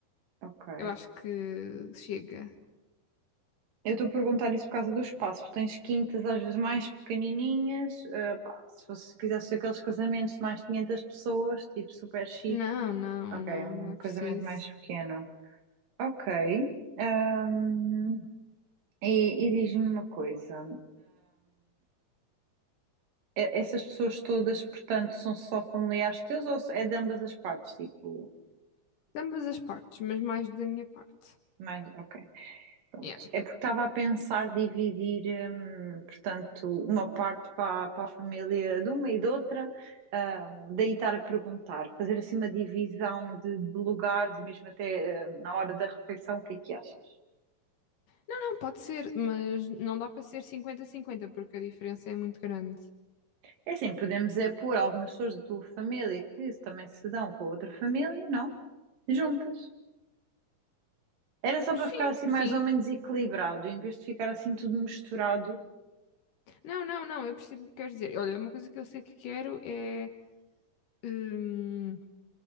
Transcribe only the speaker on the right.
Ok.
Eu estou a perguntar isso por causa do espaço. porque Tens quintas às vezes mais pequenininhas. ah, pá, se fosse, se quisesse aqueles casamentos de mais 500 pessoas, tipo super chique.
Ok,
um
casamento
mais pequeno. Ok. Ahm, e e diz-me uma coisa. É- Essas pessoas todas, portanto, são só familiares teus ou é de ambas as partes? Tipo,
mais, ok, pronto.
É porque estava a pensar dividir, hum, portanto, uma parte para, para a família de uma e de outra, ah, daí estar a perguntar, fazer assim uma divisão de, de lugares e mesmo até, ah, na hora da refeição, o que é que achas?
É assim, podemos é pôr algumas pessoas da tua família que também se dão com a outra família, não? Juntas. Era só para
ficar assim mais
ou menos equilibrado, em vez de ficar assim tudo misturado.